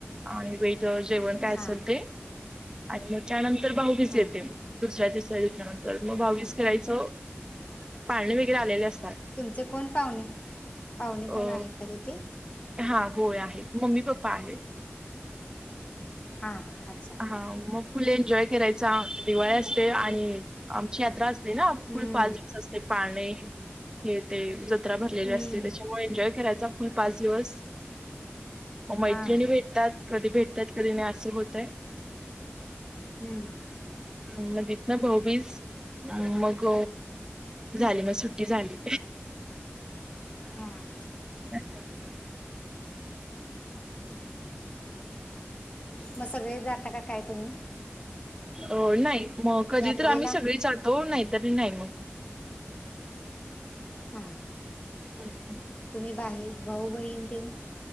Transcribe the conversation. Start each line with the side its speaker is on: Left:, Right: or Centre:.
Right: आणि वेच जेवण काय असेल
Left: हां
Right: ते. आणि मग त्यानंतर भावीस
Left: हां
Right: येते दुसऱ्या दुसऱ्या दिच्यानंतर मग भावीस
Left: हां
Right: करायची. सो पाळणे वगैरे आलेले असतात.
Left: तुमचे कोण पाहुणे पाहुणे कोण
Right: अ
Left: आहेत का तिथे.
Right: हा होय आहेत मम्मी पप्पा आहेत.
Left: हा हा अ.
Right: हा मग फुल एन्जॉय करायचं. दिवाळी असते आणि आमची यात्रा असते ना
Left: हम्म,
Right: फुल पाच दिवस असते पाणे हे ते जत्रा भरलेली
Left: हम्म,
Right: असते त्याच्यामुळे एन्जॉय करायचा फुल पाच दिवस. मग मैत्रिणी
Left: हां
Right: भेटतात कधी भेटतात कधी नाही असं होतय
Left: हम्म
Right: मधित ना भाऊबीस मग. झाले मग सुट्टी झाली.
Left: हम्.
Right: अच्छा अा.
Left: मग सगळे जाता का काय तुम्ही.
Right: अ नाही मग कधी
Left: यात्रेला
Right: तर आम्ही सगळी चालतो नाहीतरी नाही मग
Left: हां
Right: हा
Left: तुम्ही बाहेर भाऊ बहीण ते